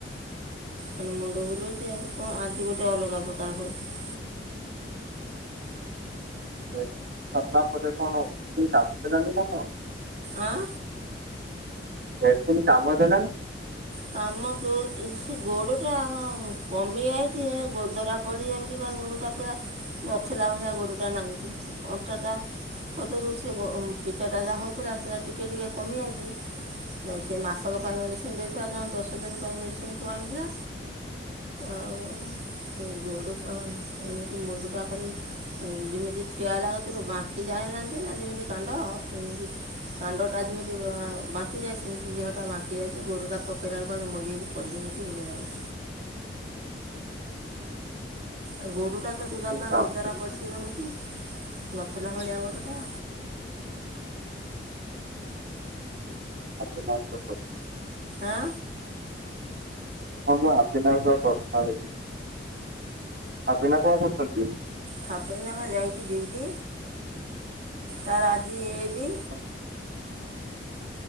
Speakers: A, on the right (about 40°); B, on the right (about 60°).
A: କଣ ମୁଣ୍ଡ ବୁଲାଉଛି ଆ କଣ ଆଜି ଗୋଟେ ଅଲଗା ପ୍ରକାର ହଉଛି।
B: <inaudible>
A: ଅଁ
B: ଭ୍ୟାକସିନ କାମ ଦେଲାନି।
A: କାମ ଦଉଛି ସେ ଗୋଡ ଟା କମି ଯାଇଛି ଗୋଦରା ପଡ଼ିଯାଉଛି ବା ଗୋଡ଼ଟା ପୁରା ନଥିଲା ଭଳିଆ ଗୋଡ଼ଟା ନାଗୁଛି ଅଣ୍ଟାଟା ଅଦରୁ ସେ ପିଚ ଟା ଯାହା ହଉଥିଲା ସେଟା ଟିକେ ଟିକେ କମି ଯାଇଛି। ସେ ମାସକ ପାଇଁ ମେଡ଼ିସିନ ଦେଇଥିଲା ତେଣୁ ଦଶ ଦିନ ପାଇଁ ମେଡ଼ିସିନ ପୁଅ ଆଣିଥିଲା। ଆଉ ସେ ଗୋଡ଼ଟା ଏମିତି ମୁଣ୍ଡଟା ଖାଲି ଯେମିତି ଠିଆ ହେଲା ବେଳକୁ ଯେମିତି ବାଙ୍କି ଯାଣିନାହାନ୍ତି ନା ଯେମିତି କାଣ୍ଡ ସେମିତି କାଣ୍ଡ ଟା ଯେମିତି ବାଙ୍କି ଯାଏ ସେମିତି ଦେହ ଟା ବାଙ୍କି ଯାଉଛି ଗୋଡଟା ପକେଇଲା ବେଳକୁ ଗୋଡ଼ଟା ମଡି ହେଇକି ପଡିଯିବି ଏମିତି ଲାଗୁଛି। ଆଉ ଗୋଡ଼ଟା ତ ସଜା
B: ମେସିନ୍
A: ପାଇଁ
B: କାମ
A: ଗୋଦାରା
B: ଦେଇ
A: ପଡ଼ିକି ରହୁଛି ନଥିଲା ଭଳିଆ ଗୋଡ଼ଟା।
B: <inaudible>
A: ଆଁ
B: ହଁ ମୁଁ ହାପିନାଙ୍କ ସହ କଥା ହେଇ ହାପିନା କଣ କରୁଛନ୍ତି?
A: ହାପିନା ବା ଯାଇଛି ଡ୍ୟୁଟି ତାର ଆଜି ଏବି।
B: ହ